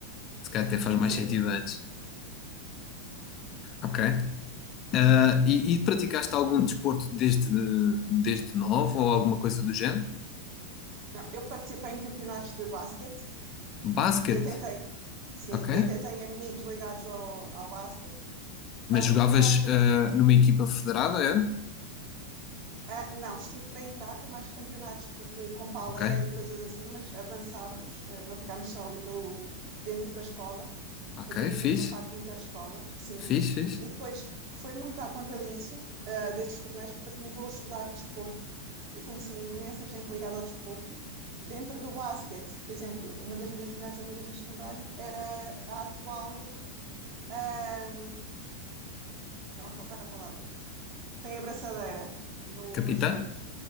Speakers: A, on the left (about 35°); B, on the right (about 45°).
A: Se calhar até
B: <laughs>
A: faz mais
B: sim.
A: sentido antes. Ok. Ah, e, e praticaste algum desporto desde, desde novo ou alguma coisa do género?
B: Não, eu participei em campeonatos de basquete
A: Basquete,
B: E até tenho, sim,
A: ok.
B: e até tenho amigos ligados ao, ao basquete. Estava-te
A: Mas jogavas
B: a dizer há pouco,
A: ah, numa equipa federada, era?
B: ah, não, estive para entrar, foi mais campeonatos tipo com paler
A: Ok,
B: e coisas assim, mas avançávamos, ah, não ficámos só ali pelo, dentro da escola,
A: ok,
B: fazíamos
A: fixe,
B: mesmo a parte do interescolas, sim.
A: fixe, fixe.
B: E depois foi muito à conta disso, ah, desses torneios, que depois me levou a estudar desporto e conheci imensa gente ligada ao desporto. Dentro do basquete, por exemplo, uma das minhas melhores amigas no secundário era a atual ah, estava a faltar a palavra, que tem a braçadeira no,
A: Capitã?
B: no desporto.